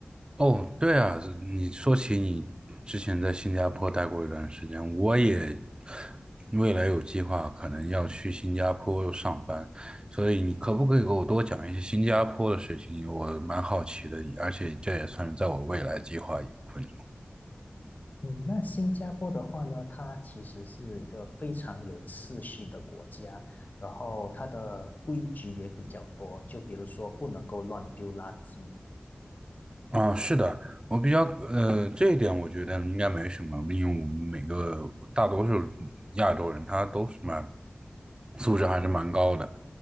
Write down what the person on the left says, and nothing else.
嗯，那新加坡的话呢，它其实是一个非常有秩序的国家，然后它的规矩也比较多，就比如说不能够乱丢垃圾。